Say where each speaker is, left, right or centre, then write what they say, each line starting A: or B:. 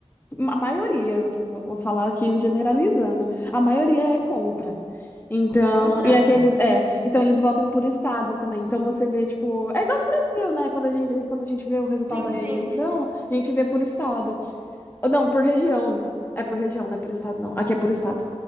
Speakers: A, on the left; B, on the right.
A: A maioria, vou vou falar aqui generalizando, a maioria é contra. Então,
B: contra?
A: e aqueles, é, então eles votam por estados também. Então você vê, tipo, é igual no Brasil, né? Quando a gente, quando a gente vê o resultado
B: Sim,
A: da
B: sim.
A: eleição, a gente vê por estado. Ou Não, por região. É por região, não é por estado, não. Aqui é por estado.